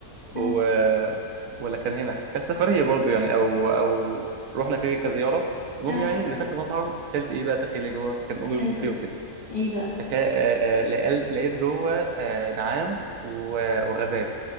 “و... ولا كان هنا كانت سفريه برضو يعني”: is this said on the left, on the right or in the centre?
Right